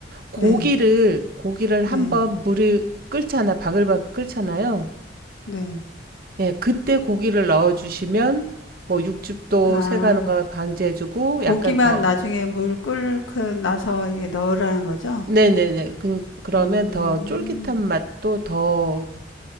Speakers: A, on the right (about 50°); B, on the left (about 75°).
A: 고기를
B: 네,
A: 고기를
B: 네,
A: 한번 물을 끓잖아. 바글바글 끓잖아요.
B: 네.
A: 예, 그때 고기를 넣어주시면 뭐 육즙도
B: 아,
A: 새가는 걸 방지해주고
B: 고기만
A: 약간 더
B: 나중에 물 끓고 나서 이게 넣으라는 거죠?
A: 네네네 그, 그러면
B: 음,
A: 더 쫄깃한 맛도 더